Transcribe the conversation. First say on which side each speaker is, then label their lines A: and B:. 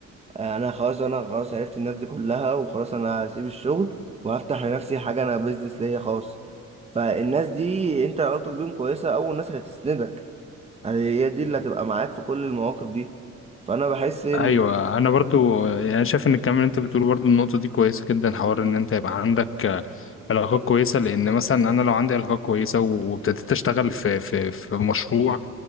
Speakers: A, on the right; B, on the left.
A: آه، انا خلاص انا خلاص عرفت الناس دي كلها وخلاص انا هسيب الشغل وهفتح لنفسي حاجة انا بيزنس ليا خاص فالناس دي انت علاقتك بيهم كويسة اول ناس هتسندك يعني هي دي اللي هتبقى معاك في كل المواقف دي فانا بحس ان
B: ايوه انا برضو يعني شايف ان الكلام اللي انت بتقوله برضو النقطه دي كويسه جدا حوار ان انت يبقى عندك آه، علاقات كويسه لان مثلا انا لو عندي علاقات كويسه وابتديت اشتغل في في في مشروع